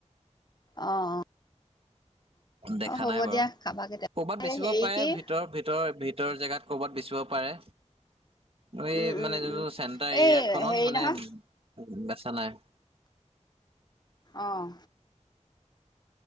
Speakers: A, on the left; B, on the right.
A: অ'।
B: দেখা
A: অ হ'ব
B: নাই বাৰু,
A: দিয়া খাবা কেতিয়া
B: ক'ৰবাত বেচিব
A: হেৰি
B: পাৰে
A: কি
B: ভিতৰ-ভিতৰ-ভিত ভাতৰ জেগাত ক'ৰবাত বিচিব পাৰে। এই
A: উম উম
B: মানে যোনটো
A: উম
B: চেণ্টাৰ এৰিয়াখনত
A: এই হেৰি
B: মানে
A: নহয়
B: বাছা নাই?
A: অঁ